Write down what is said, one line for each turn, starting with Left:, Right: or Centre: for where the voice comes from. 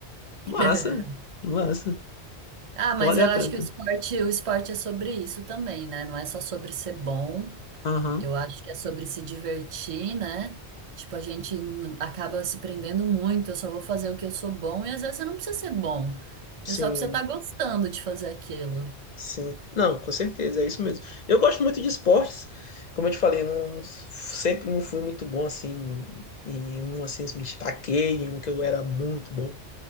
Right: <laughs>
Left: Massa, massa.
Right: Ah, mas
Left: Poliatleta.
Right: eu acho que o esporte, o esporte é sobre isso também, né? Não é só sobre ser bom.
Left: Aham.
Right: Eu acho que é sobre se divertir, né? Tipo, a gente n- acaba se prendendo muito, eu só vou fazer o que eu sou bom, e às vezes você não precisa ser bom. Você
Left: Sim,
Right: só precisa estar gostando de fazer aquilo.
Left: sim. Não, com certeza, é isso mesmo. Eu gosto muito de esportes. Como eu te falei, não, sempre não fui muito bom assim em um assim, me destaquei em um que eu era muito bom.